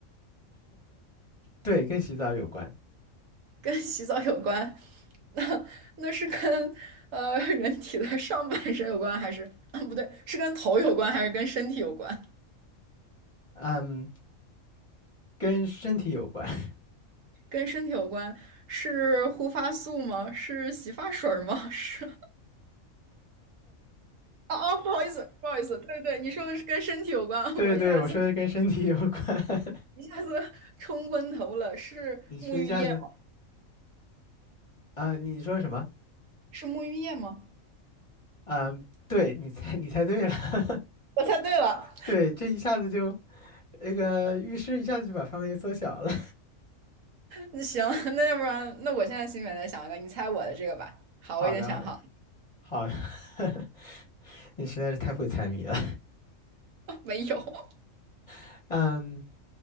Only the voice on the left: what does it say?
对，跟洗澡有关，
嗯，跟身体有关。<laughs>
对对，
我说的是跟身体有关。<laughs>
你是一下子啊、你说什么？
嗯，对，你猜，你猜对了。<laughs>
对，这一下子就那个浴室一下子就把范围缩小了。
<laughs>
好的，
好的，好的，<laughs> 你实在是太会猜谜了。
<laughs> 嗯